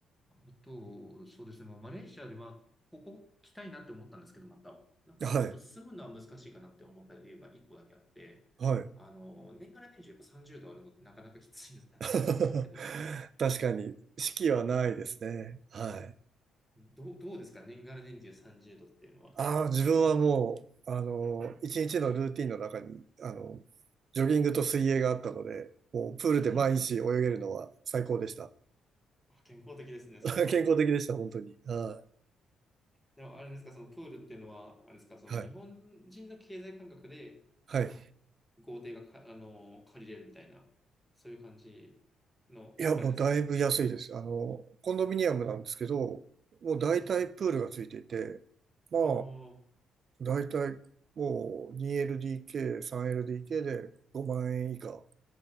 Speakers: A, in the centre; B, on the right.
A: あと、そうですね、まあ、マレーシアで、まあ、ここ来たいなって思ったんですけど、また、なんかちょっと住むのは難しいかなって思った理由が1個だけあって、
B: はい。はい。
A: あの、年がら年中やっぱ30度あるのってなかなかきついなって思ったんですけど、
B: <laughs> 確かに、式はないですね。
A: うん、
B: はい。
A: どう、どうですか年がら年中30度っていうのは、
B: ああ、自分はもう、
A: 5年間やってみて。
B: あの、一日のルーティンの中に、あの、ジョギングと水泳があったので、もうプールで毎日泳げるのは最高でした。
A: <laughs> 健康的ですね、それは。
B: <laughs> 健康的でした、本当に。は
A: でもあれですか、そのプールっていうのは、あれですか、その日本人の経済感覚で
B: い。はい。はい。
A: 豪邸がか、あのー借りれるみたいな、そういう感じの、
B: いや、
A: あれですか。
B: もうだいぶ安いです。あの、コンドミニアムなんですけど、もう大体プールがついていて、
A: うんうん。
B: まあ、
A: ああ、
B: 大体もう 2LDK、3LDK で5万円以下